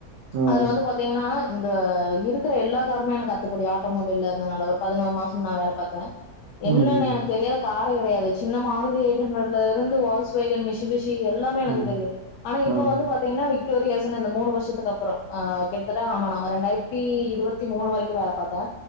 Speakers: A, on the right; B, on the left.
A: ம்
B: அதுல வந்து பாத்திங்கனா இந்த இருக்கிற எல்லா காருமே எனக்கு கத்துப்படி ஆட்டோமொபைல இருனால ஒரு பதினெரு மாசோ நா வேல பார்த்தே
A: ம்
B: என்னன்ன
A: ம்
B: எனக்கு தெரியாத காரே கெடையாது சின்ன மாருதி எயிட் ஹண்டரட்ல இருந்து வாஸ் இப்போ என் மிஷிபிஷி எல்லாமே எனக்கு
A: ம்
B: தெரியு ஆனா
A: ம்
B: இப்ப வந்து பாத்திங்கனா விட் ன்டு வரைக்கு யோசன இந்த மூணு வருஷத்துக்கு அப்றோ கிட்டத்தட்ட ஆம ரெண்டாயிரத்தி இருபத்தி மூணு வரைக்கு இங்கயு வேல பார்த்தே